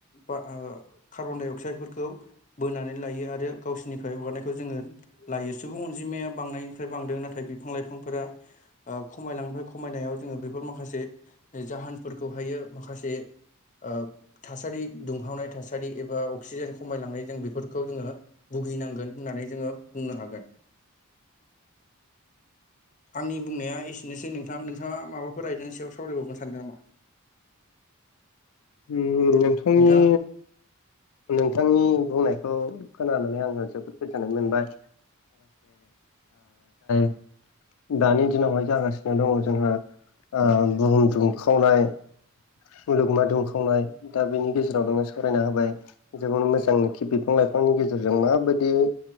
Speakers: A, on the left; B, on the left.
A: बा <unintelligible> कार्बन-डाइ-अक्साइदफोरखौ बोनानै लायो आरो गावसिनिफ्राय हगारनायखौ जोङो लायो। सुबुं अनजिमाया बांनायनिफ्राय बांदों नाथाय बिफां लाइफांफोरा ओ खमायलाङो, खमायनायाव जोङो बेफोर माखासे जाहोनफोरखौहायो माखासे ओ थासारि दुंहावनाय थासारि एबा अक्सिजेन खमायलांनाय जों बेफोरखौ जोङो भुगिनांगोन होननानै जोङो बुंनो हागोन।
B: <inaudible>
A: आंनि बुंनाया एसेनोसै नोंथां नोंथाङा माबाफोर आयजानि सायाव <unintelligible> सानदों नामा?
B: नोंथांनि
A: नोंथां
B: नोंथांनि बुंनायखौ खोनानानै आङो जोबोद गोजोननाय मोनबाय। <unintelligible> दानि दिनावहाय जागासिनो दङ जोंहा ओ बुहुम दुमखावनाय। मुलुगमा दुंखावनाय दा बेनि गेजेराव नोङो सावरायना होबाय। जोंनो मोजांखि बिफां लाइफांनि गेजेरजों माबायदियै